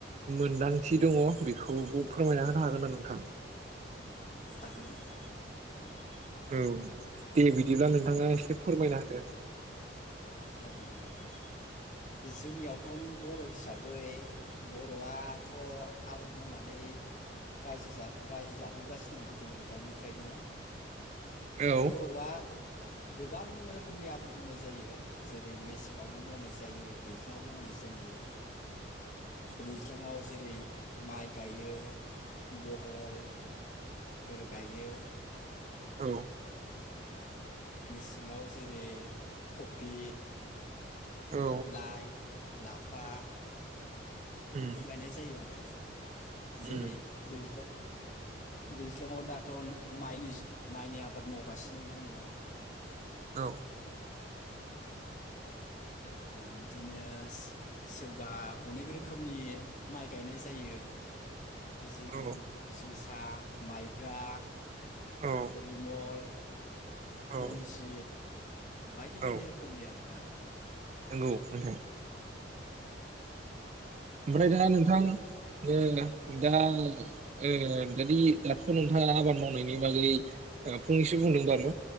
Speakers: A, on the right; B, on the left.
A: मोनदांथि दङ बेखौ फोरमायना होनो हागोन ना नोंथां?
B: हागोन नोंथां।
A: औ दे बिदिब्ला नोंथाङा एसे फोरमायना होदो।
B: जागोन दे नोंथां जोंनियावथ' बर' हिसाबै बर'आथ' आबाद मावनानै रायजा-रायजो जाबोगासिनो दं गोदो गोदायनिफ्रायनो।
A: औ
B: बर'आ गोबां रोखोमनि आबाद मावनाय जायो जे रै मेसेङावबो मावनाय जायो दैज्लाङावबो मावनाय जायो दैज्लाङाव जेरै माइ गायो बहल फोर गायो।
A: औ
B: मेसेङाव जेरै कफि
A: औ
B: लाइ-लाफा
A: उम
B: बिदि गायनाय जायो आरो जेरै
A: उम
B: दैज्ला दैज्लाङाव दाथन माइनिज माइनि आबाद मावगासिनो दङ।
A: औ
B: ओ बिदिनो सो-सोरबा अनेक रोखोमनि माइ गायनाय जायो। ओ जेरै
A: औ
B: जोसा माइब्रा
A: औ
B: परिमल
A: औ
B: रनजित बायदि बायदि
A: औ
B: रोखोमनि आरोना।
A: नंगौ नोंथां।
B: औ।
A: ओमफ्राय दा नोंथां ओ दा ओ जदि दाथ' नोंथाङा आबाद मावनायनि बागै ओ फंनैसो बुं बारु